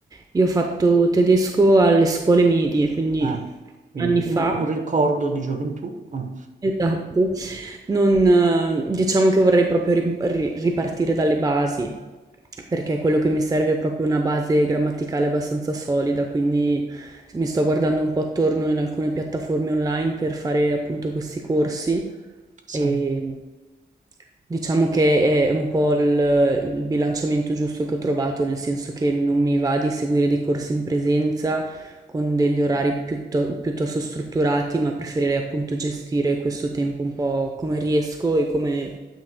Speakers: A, on the right; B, on the right.
A: Io ho fatto tedesco alle scuole medie, quindi
B: ah, quindi
A: anni
B: un,
A: fa,
B: un ricordo di gioventù. Ah,
A: esatto. Non, eh, diciamo che vorrei proprio ri- ri- ripartire dalle basi, perché quello che mi serve è proprio una base grammaticale abbastanza solida, quindi mi sto guardando un po' attorno in alcune piattaforme online per fare appunto questi corsi
B: sì.
A: e diciamo che è un po' il, il bilanciamento giusto che ho trovato, nel senso che non mi va di seguire dei corsi in presenza con degli orari piutto- piuttosto strutturati, ma preferirei appunto gestire questo tempo un po' come riesco e come